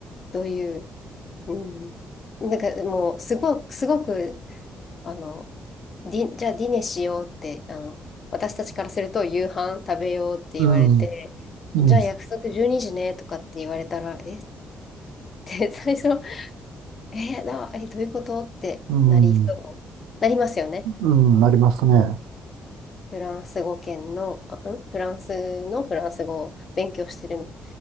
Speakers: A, on the left; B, on the right.
A: どういう、うん。なんかもう、すごく、すごく、あの、ディ、じゃあディネしようって、あの、私たちからすると夕飯食べようって言われて、
B: うん、うん、
A: じゃあ約束12時ねとかって言われたら、えって最初えーな、えどういうことってなりそう。
B: うん、
A: なりますよね。
B: うん、なりますね。
A: フランス語圏の、あ、んフランスのフランス語を勉強してる